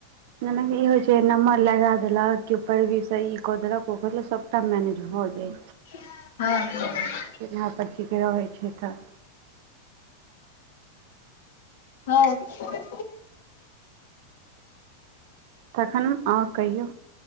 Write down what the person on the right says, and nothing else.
मने ई होइ छै नम्बर लगा देलक कि पैवीसँ ई कऽ देलक ओऽ देलक सभटा मैनेज भऽ जाइ
चीन्हा परची के रहै छै तऽ
तखन ओर कहियौ